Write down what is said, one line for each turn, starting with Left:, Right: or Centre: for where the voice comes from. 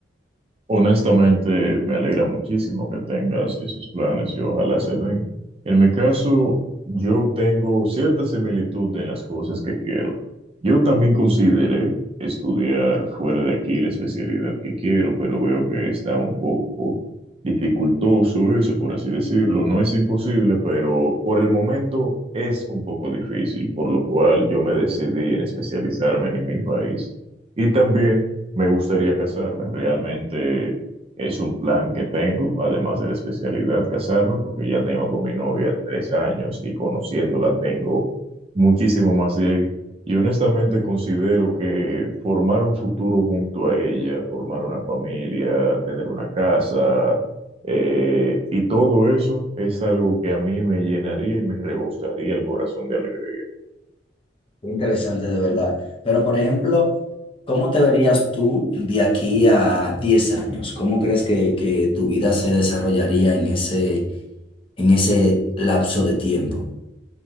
Right: Honestamente, me alegra muchísimo que tengas esos planes y ojalá se den. En mi caso, yo tengo cierta similitud en las cosas que quiero. Yo también consideré estudiar fuera de aquí la especialidad que quiero, pero veo que está un poco dificultoso eso, por así decirlo. No es imposible, pero por el momento es un poco difícil, por lo cual yo me decidí en especializarme en mi país. Y también... Me gustaría casarme, realmente es un plan que tengo, además de la especialidad casarme, porque ya tengo con mi novia tres años y conociéndola tengo muchísimo más de ahí. Y honestamente considero que formar un futuro junto a ella, formar una familia, tener una casa, eh, y todo eso es algo que a mí me llenaría y me rebosaría el corazón de alegría.
Left: Qué Interesante de verdad. Pero, por ejemplo, ¿cómo te verías tú de aquí a 10 años? ¿Cómo crees que, que tu vida se desarrollaría en ese, en ese lapso de tiempo?